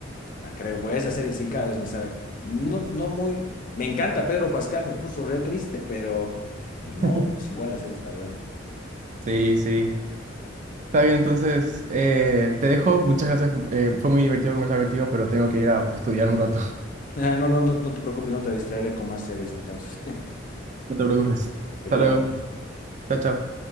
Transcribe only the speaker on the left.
La creo, porque esa serie sí cada vez me sale. No, no muy. Me encanta Pedro Pascal, me puso re triste, pero ni modo,
pues igual la serie está buena. <laughs>
Ah, No, no, no, no te preocupes, no te distraeré con más series entonces. <laughs>
Que
te
vaya bien.